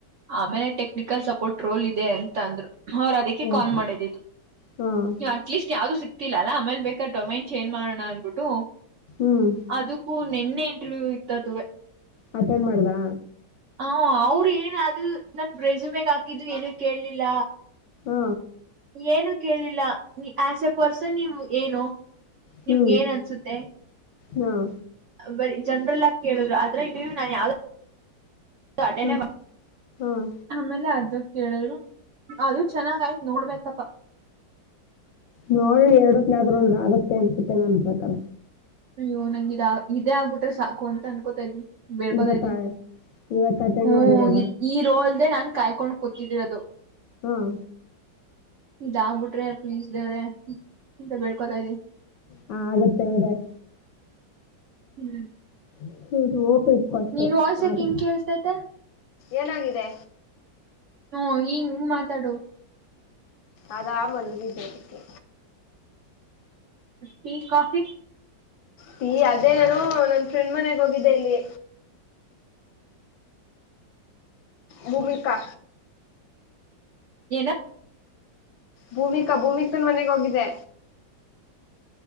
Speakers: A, on the right; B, on the left.
A: ಆಮೇಲೆ ಟೆಕ್ನಿಕಲ್ ಸಪೋರ್ಟ್ ರೋಲ್ ಇದೆ ಅಂತ ಅಂದ್ರು ಅವರು ಅದಕ್ಕೆ
B: ಓಕೆ
A: ಕಾಲ್ ಮಾಡಿದ್ದಿದ್ದು
B: ಹಾಂ
A: ಅಟ್ ಲೀಸ್ಟ್ ಯಾವ್ದು ಸಿಕ್ತಿಲ್ಲ ಅಲ್ಲಾ ಆಮೇಲೆ ಬೇಕಾದ ಟೊಮೆನ್ ಚೇಂಜ್ ಮಾಡೋಣ ಅಂದಬಿಟ್ಟು
B: ಹ್ಮ್
A: ಅದಕ್ಕೂ ನಿನ್ನೆ ಇಂಟರ್ವ್ಯೂ ಇತ್ತದ ಅದುವೇ
B: ಅಟೆಂಡ್ ಮಾಡ್ದಾ
A: ಹ ಅವ್ರ ಏನ್ ಅದು ನನ್ ರೆಸುಮ್ಯಾಗ ಹಾಕಿದು ಏನಕ್ಕ್ ಕೇಳಲಿಲ್ಲ
B: ಹಾ
A: ಏನು ಕೇಳಲಿಲ್ಲ ಯಾಸ್ ಎ ಪರ್ಸನ್ ನೀವು ಏನು
B: ಹ್ಞೂ
A: ನಿಮ್ಗೆ ಏನ್ ಅನ್ಸುತ್ತೆ
B: ಹಾಂ
A: ಬರಿ ಜನ್ರಲ್ಲಾಗಿ ಕೇಳಿದ್ರು ಅದ್ರ ಇದೀವಿ ನಾನ್ ಯಾವ ಅಟೆಂಡೆ
B: ಹಾಂ
A: ಮಾಡ
B: ಹಾಂ
A: ಆಮೇಲೆ ಅದು ಕೇಳಿದ್ರು ಅದು ಚೆನ್ನಾಗ ಆಯ್ತತ್ ನೋಡ್ಬೇಕಪ್ಪಾ
B: ನೋಡ್ಲಿ ಎರಡತ್ತ ಆದ್ರ ಒಂದು ಆಗುತ್ತೆ ಅನ್ಸುತ್ತೆ ನನ್ನ ಪ್ರಕಾರ
A: ಅಯ್ಯೋ ನಂಗಿದೆ ಇದೇ ಆಗ್ಬಿಟ್ರೆ ಸಾಕು ಅಂತ ಅನ್ಕೋತಾ ಇದ್ವಿ ಬೇಡ್ಕೊತ
B: ಇವತ್ತು
A: ಇದ್ದೀನಿ
B: ಇವತ್ತು ಅಟೆಂಡ್
A: ಹ್ಮ್
B: ಮಾಡಿರೋದಾ
A: ಈ ರೋಲ್ದೆ ನಾನ್ ಕಾಯ್ಕೊಂಡ್ ಕೂತಿದ್ದೀರ ಅದು
B: ಹ್ಮ್
A: ಇದ ಆಗ್ಬಿಟ್ರೆ ಪ್ಲೀಸ್ ದೇವ್ರೆ ಅಂತ ಬೇಡ್ಕೊತಾ ಇದಿನಿ
B: ಹಾ ಆಗುತ್ತ <unintelligible>
A: ಹ್ಮ್
B: <unintelligible>
A: ನಿನ್ ವಾಯ್ಸ್ ಯಾಕ್ ಹಿಂಗ್ ಕೇಳ್ಸ್ತೈತೆ
B: ಏನಾಗಿದೆ
A: ಹ್ಮ ಹಿಂಗ ಮಾತಾಡು
B: ಅದಾ ಮಲ್ಲಗಿದ್ದೆ ಅದಕ್ಕೆ
A: ಟಿ ಕಾಫಿ
B: ಟಿ ಅದೇ ನಾನು ನನ್ ಫ್ರೆಂಡ್ ಮನೆಗ್ ಹೋಗಿದ್ದೆ ಇಲ್ಲಿ ಭೂಮಿಕಾ
A: ಏನ
B: ಭೂಮಿಕಾ ಭೂಮಿಕಾನ್ ಮನೆಗೆ ಹೋಗಿದೆ